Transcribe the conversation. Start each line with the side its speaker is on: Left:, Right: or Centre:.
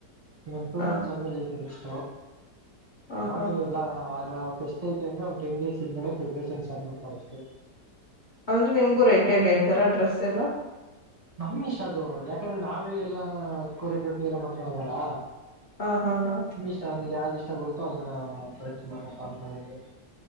Right: ಇನ್ ಟೂ
Left: ಹ
Right: ಮಂತ್ಸ್ ಆದ್ಮೇಲೆ ಐತಿ. ಫೇಸ್ಟು
Left: ಹ
Right: ಅವಾಗ್
Left: ಹಾ
Right: ಹೇಳ್ ಎಲ್ಲ ಅದು ಫೇಸ್ಟ್ ಅಯ್ತಿ ಅಂದ್ರೆ ಒಂದು ಟನ್ ಡೇಸ್ ಹಿಂದಗಡೆ ಪ್ರಿಪರೇಷನ್ ಸ್ಟಾರ್ಟ್ ಮಾಡ್ತಾರೆ ಅಷ್ಟೆ.
Left: ಅಂದ್ರೆ ನಿಮ್ಗೂ ರೆಂಟೆಡ್ ಹೇಳ್ತಾರ ಡ್ರೆಸ್ ಎಲ್ಲ.
Right: ನಮ್ಮ್ ಇಷ್ಟ ಅದು ಯಾಕಂದ್ರೆ ನಾವೇ ಎಲ್ಲಾ ಕೊರಿಯೋಗ್ರಫಿ ಎಲ್ಲ ಮಾಡ್ಕೊದಲ್ಲಾ.
Left: ಹಾ ಹಾ ಹಾ.
Right: <unintelligible> ಯಾವ್ದು ಇಷ್ಟ ಬರುತ್ತೋ ಅದನ್ನ <unintelligible>